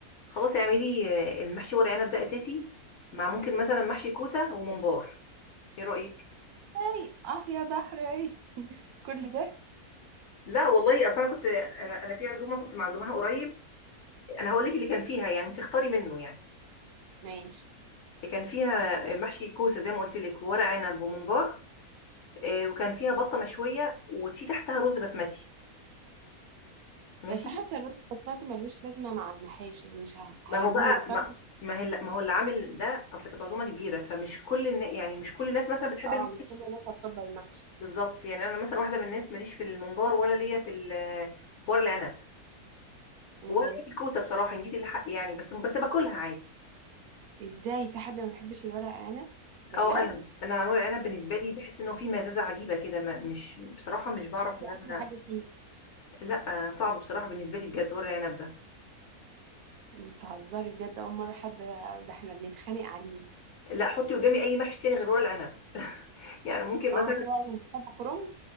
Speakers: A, on the left; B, on the right.
A: خلاص اعملي آه، المحشي ورق عنب ده أساسي مع ممكن مثلا محشي كوسة وممبار إيه رأيك؟
B: اي اه يا ضهري كل ده
A: لا والله أصل أنا كنت أنا أنا في عزومة كنت معزومها قريب أنا هقول لك اللي كان فيها يعني تختاري منه يعني
B: ماشي
A: اللي كان فيها محشي كوسة زي ما قلت لك وورق عنب وممبار آه، وكان فيها بطه مشويه وفي تحتها رز بسمتي ماشي
B: بس حاسه الرز البسمتي ملوش لازمه مع المحاشي مش ه...
A: ما
B: هيبور
A: هو بقى
B: فاهم
A: ما ما هي ما هو اللي عامل ده اصل كانت عزومه كبيره فمش كل النا... يعني مش كل الناس مثلا بتحب
B: اه
A: المحشي
B: مش كل الناس هتفضل المحشي
A: بالظبط يعني انا مثلا واحده من الناس ماليش في الممبار ولا ليا في ال- في ورق العنب
B: امم
A: ولا ليا في الكوسه بصراحه ان جيت الحق يعني بس بس باكلها عادي
B: ازاي في حد ما بيحبش الورق عنب بجد
A: او انا انا ورق العنب بالنسبه لي بحس انه في مزازه عجيبه كده ما- مش بصراحه مش بعرف
B: ما دي
A: ان
B: احلى
A: انا
B: حاجه فيه
A: لا آه، صعب بصراحه بالنسبه لي بجد ورق العنب ده
B: بتهزري بجد اول مره حد ده احنا بنتخانق عليه
A: لا حطي قدامي اي محشي تاني غير ورق العنب <laughs> يعني ممكن مثلا
B: اه كده يعني بتحب كرنب